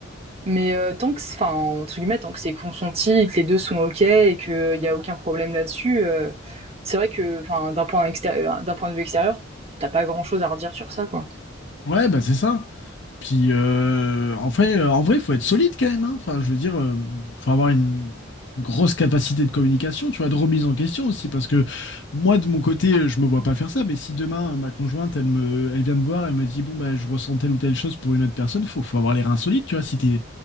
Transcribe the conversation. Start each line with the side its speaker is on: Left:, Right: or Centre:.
Right: mais euh, tant que enfin entre guillemets tant que c'est consenti et que les deux sont ok et que il y a aucun problème là-dessus euh, c'est vrai que enfin d'un point extérieur d'un point de vue extérieur t'as pas grand chose à redire sur ça quoi
Left: Ouais, bah c'est ça. Puis euh, en vrai, euh, en vrai, faut être solide quand même. hein. Enfin, je veux dire, euh, faut avoir une, une grosse capacité de communication, tu vois, de remise en question aussi, parce que moi, de mon côté, euh, je me vois pas faire ça. Mais si demain euh, ma conjointe, elle me, elle vient me voir, elle me dit, bon bah, je ressens telle ou telle chose pour une autre personne, faut, faut avoir les reins solides, tu vois. Si t'es,